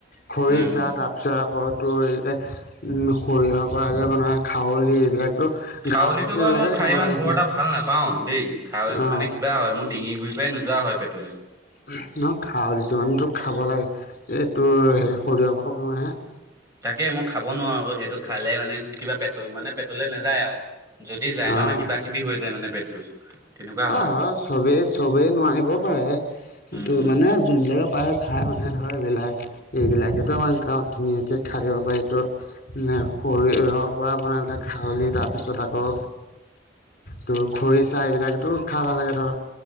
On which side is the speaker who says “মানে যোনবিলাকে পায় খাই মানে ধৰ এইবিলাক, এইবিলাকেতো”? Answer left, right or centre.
Left